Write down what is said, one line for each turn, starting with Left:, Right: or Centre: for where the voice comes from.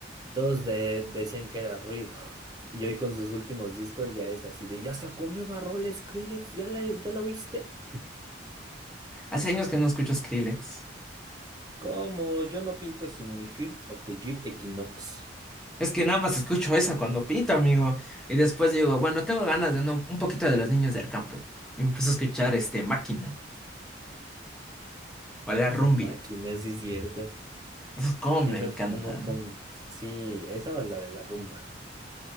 Right: todos de- decían que era ruido. <laughs> Y hoy con sus últimos discos ya es así de, ya sacó nueva rola Skrillex, ¿ya la, ya la oíste?
Centre: Hace años que no escucho Skrillex.
Right: Como yo no pinto sin mi First of the Year Equinox.
Centre: Es que nada más escucho esa cuando pinto, amigo. Y después digo, bueno, tengo ganas de no- un poquito de los niños del campo. Y empiezo a escuchar este Máquina o la Rumbia.
Right: No máquina, sí es cierto.
Centre: Uf, cómo me
Right: Esa
Centre: encantan.
Right: es como, como, sí, esa o la de la rumba.